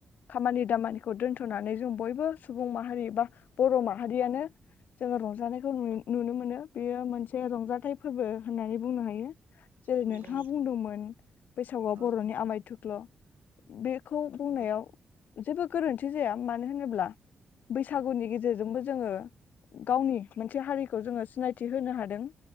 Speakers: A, on the left; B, on the right.
A: खामानि दामानिखौ दोनथ'नानै जों बयबो सुबुं माहारि बा बर' माहारियानो जोङो रंजानायखौ नुयो नुनो मोनो बेयो मोनसे रंजाथाइ फोरबो होननानै बुंनो हायो जेरै
B: नंगौ
A: नोंथाङा
B: नोंथां
A: बुंदोंमोन बैसागुआ
B: औ
A: बर'नि आमायथु ख्ल' बिख खौ बुंनायाव
B: नंगौ
A: जेबो गोरोन्थि जाया मानो होनोब्ला बैसागुनि गेजेरजोंबो जोङो गावनि मोनसे हारिखौ जोङो सिनायथि होनो हादों